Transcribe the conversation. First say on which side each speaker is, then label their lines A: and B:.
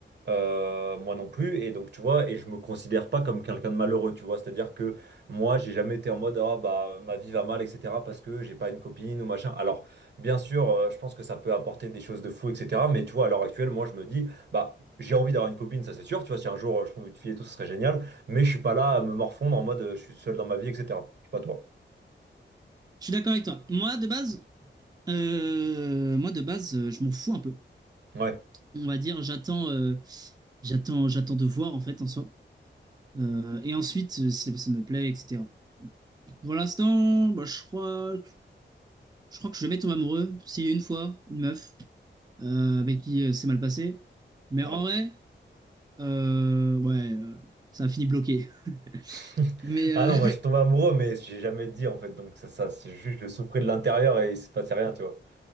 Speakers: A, on the right; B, on the right.
A: Euh, moi non plus. Et donc, tu vois, et je me considère pas comme quelqu'un de malheureux, tu vois. C'est-à-dire que moi, j'ai jamais été en mode, ah, bah, ma vie va mal, etc. parce que j'ai pas une copine ou machin. Alors, bien sûr, euh, je pense que ça peut apporter des choses de fou, etc. Mais tu vois, à l'heure actuelle, moi, je me dis, bah, j'ai envie d'avoir une copine, ça c'est sûr. Tu vois, si un jour euh, je trouve une fille et tout, ce serait génial. Mais je suis pas là à me morfondre en mode euh, je suis seul dans ma vie, etc. Je suis pas toi.
B: Je suis d'accord avec toi. Moi, de base, euh, moi de base, euh, je m'en fous un peu.
A: Ouais.
B: on va dire, j'attends, euh, j'attends, j'attends de voir en fait en soi. Euh, et ensuite, euh, si la personne me plaît, etc. Pour l'instant, bah, je crois, je crois que je vais jamais tomber amoureux. Si une fois, une meuf euh, avec qui euh, c'est mal passé. Mais
A: Ah.
B: en vrai, euh, ouais, euh, ça a fini bloqué. <laughs>
A: <laughs>
B: Mais euh,
A: Ah non, moi je suis tombé amoureux, mais j'ai jamais dit en fait. Donc ça, ça c'est juste je souffrais de l'intérieur et il se passait rien, tu vois.